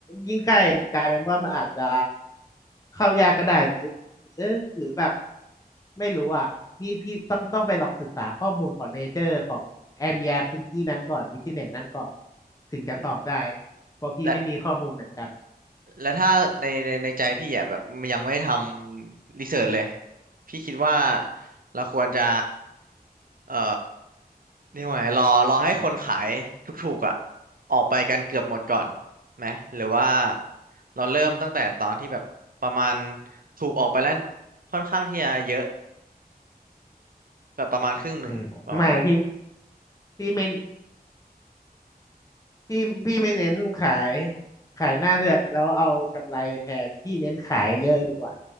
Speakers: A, on the left; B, on the right.
A: ยิ่งใกล้มันกลายเป็นว่ามันอาจจะเข้ายากก็ได้หรือเออหรือแบบไม่รู้อ่ะพี่พี่ต้องต้องไปลองศึกษาข้อมูลของเนเจอร์ของแอเรียพื้นที่นั้นก่อนบิสเนสนั้นก่อนถึงจะตอบได้
B: อืม
A: เพราะพี่ไม่มีข้อมูลเหมือนกัน
B: และ แล้วถ้าในในในใจพี่อ่ะแบบมันยังไม่ได้ทำรีเสิร์ชเลยพี่คิดว่าเราควรจะเอ่อเรียกว่าไงรอรอให้คนขายถูกๆอ่ะออกไปกันเกือบหมดก่อนไหมหรือว่าเราเริ่มตั้งแต่ตอนที่แบบประมาณถูกออกไปแล้วค่อนข้างที่จะเยอะแบบประมาณครึ่งหนึ่งประมาณนั้น
A: อืมไม่พี่พี่ไม่ พี่พี่ไม่เน้นขายขายหน้าเลือดแล้วเอากำไรแพงพี่เน้นขายเยอะดีกว่า